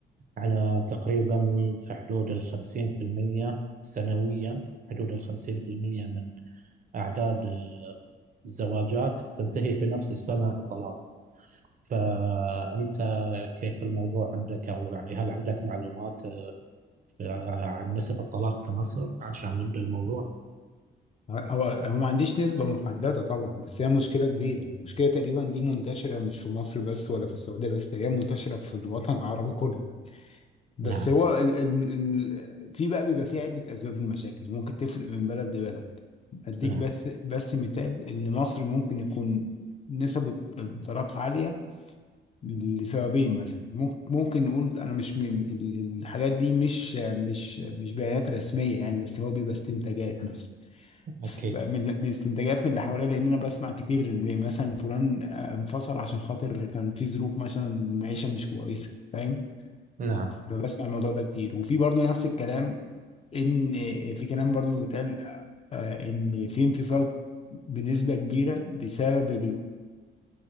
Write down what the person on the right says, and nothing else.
إحنا تقريبا في حدود الخمسين في المية سنويا حدود الخمسين في المية من أعداد آه، الزواجات تنتهي في نفس السنة بطلاق فأنت كيف الموضوع عندك أو يعني هل عندك معلومات آه، عن نسب الطلاق في مصر عشان نبدأ الموضوع
نعم
نعم
أكيد
نعم